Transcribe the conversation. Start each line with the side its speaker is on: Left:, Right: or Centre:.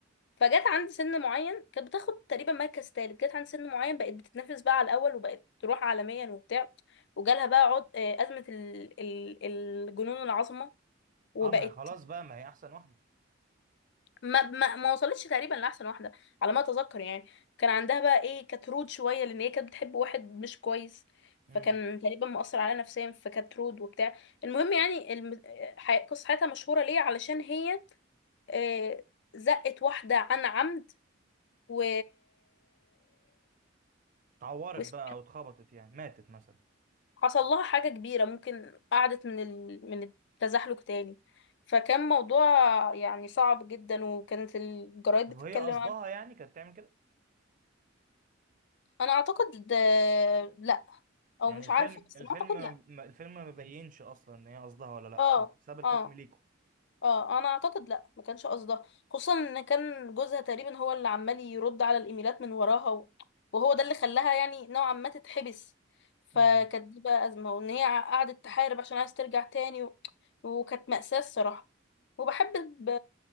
Left: فجت عند سن معين كانت بتاخد تقريبا مركز تالت جت عند سن معين بقت بتتنافس بقى على الاول وبقت تروح عالميا وبتاع وجالها بقى عد... آه، ازمه ال... ال... الجنون العظمه وبقت
Right: اه ما هي خلاص بقى ما هي احسن واحده
Left: ما... ما ما وصلتش تقريبا لاحسن واحده على ما اتذكر يعني كان عندها بقى ايه كانت رود شويه لان هي كانت بتحب واحد مش كويس
Right: امم
Left: فكان تقريبا مأثر عليها نفسيا فكانت رود وبتاع المهم يعني الم... آه، حي... قصة حياتها مشهورة ليه علشان هي آه، زقت واحدة عن عمد و
Right: اتعورت
Left: وس-
Right: بقى او اتخبطت يعني ماتت مثلا
Left: حصل لها حاجة كبيرة ممكن قعدت من ال... من التزحلق تاني فكان موضوع يعني صعب جدا وكانت الجرايد
Right: طب
Left: بتتكلم
Right: هي قصدها
Left: عنه
Right: يعني كانت تعمل كده
Left: انا اعتقد ده... لا
Right: يعني
Left: او مش
Right: الفيلم
Left: عارفة بس
Right: الفيلم
Left: ما اعتقد لا
Right: ما- الفيلم ما بيبينش اصلا ان هي قصدها ولا لا
Left: اه
Right: ساب ساب الحكم
Left: اه
Right: ليكوا
Left: اه انا اعتقد لا ما كانش قصدها خصوصا ان كان جوزها تقريبا هو اللي عمال يرد على الايميلات من وراها و... وهو ده اللي خلاها يعني نوعا ما تتحبس فكانت
Right: امم
Left: دي بقى ازمه وان هي ع- قعدت تحارب عشان عايز ترجع تاني و... وكانت مأساة الصراحه وبحب ب...